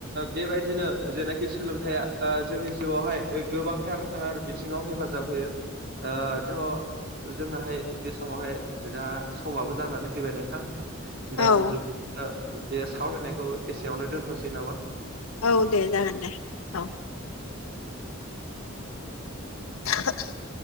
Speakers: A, on the right (about 50°); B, on the left (about 85°).
A: बेबायदिनो जेनाखि सोलोंथाइया जोंनि जिउआवहाय गोबांथार आरो बिथिङाव हेफाजाब होयो दाथ' जोंनाहाय बे समावहाय जा समाबो जानानै फैबाय नोंथां।
B: औ
A: दा बिदि ओ बे सावरायनायखौ एसेयावनो दोनथ'सै नामा?
B: औ दे जागोन दे औ
A: दे
B: <inaudible>